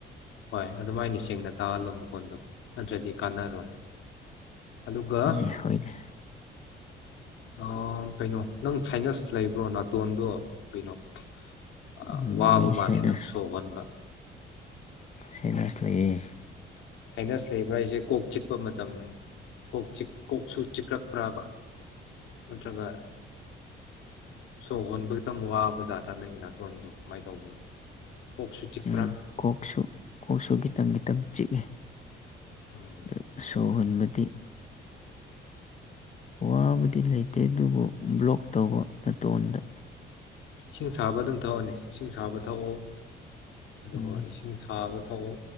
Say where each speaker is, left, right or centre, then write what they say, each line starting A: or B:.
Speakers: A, on the left; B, on the left.
A: ꯍꯣꯏ ꯑꯗꯨꯃꯥꯏꯅ ꯁꯦꯡꯅ ꯇꯥꯍꯜꯂꯣ ꯃꯈꯣꯟꯗꯣ ꯅꯠꯇ꯭ꯔꯗꯤ ꯀꯥꯟꯅꯔꯣꯏ ꯑꯗꯨꯒ
B: ꯅꯦ ꯍꯣꯏꯅꯦ
A: ꯑꯥ ꯀꯩꯅꯣ ꯅꯪ ꯁꯥꯏꯅꯁ ꯂꯩꯕ꯭ꯔꯣ ꯅꯥꯇꯣꯟꯗꯣ ꯀꯩꯅꯣ ꯑꯥ
B: ꯎꯝ
A: ꯋꯥꯕ
B: ꯑꯩ ꯁꯥꯏꯅꯁ
A: ꯃꯥꯜꯂꯦ ꯅꯪ ꯁꯣꯍꯣꯟꯕ
B: ꯁꯥꯏꯅꯁ ꯂꯩꯌꯦ
A: ꯁꯥꯏꯅꯁ ꯂꯩꯕ ꯍꯥꯏꯁꯦ ꯀꯣꯛ ꯆꯤꯛꯄ ꯃꯇꯝ, ꯀꯣꯛ ꯆꯤꯛ ꯀꯣꯛꯁꯨ ꯆꯤꯛꯂꯛꯄ꯭ꯔꯥꯕ? ꯅꯠꯇ꯭ꯔꯒ ꯁꯣ ꯍꯣꯟꯕ ꯈꯤꯇꯪ ꯋꯥꯕꯖꯠꯔꯥ ꯅꯪꯒꯤ ꯅꯥꯇꯣꯟꯗꯣ ꯀꯃꯥꯏꯅ ꯇꯧꯕꯅꯣ ꯀꯣꯛꯁꯨ ꯆꯤꯛꯄ꯭ꯔꯥ?
B: ꯎꯝ ꯀꯣꯛꯁꯨ ꯀꯣꯛꯁꯨ ꯈꯤꯇꯪ ꯈꯤꯇꯪ ꯆꯤꯛꯑꯦ
A: ꯎꯝ,
B: ꯗꯨ ꯁꯣ ꯍꯣꯟꯕꯗꯤ ꯋꯥꯕꯗꯤ ꯂꯩꯇꯦ ꯑꯗꯨꯕꯨ ꯕ꯭ꯂꯣꯛ ꯇꯧꯕ ꯅꯇꯣꯟꯗ
A: ꯏꯁꯤꯡ ꯁꯥꯕ ꯑꯗꯨꯝ ꯊꯛꯑꯣꯅꯦ ꯏꯁꯤꯡ ꯁꯥꯕ ꯊꯛꯑꯣ꯫ ꯑꯗꯨꯒ
B: ꯎꯝ
A: ꯏꯁꯤꯡ ꯁꯥꯕ ꯊꯑꯣ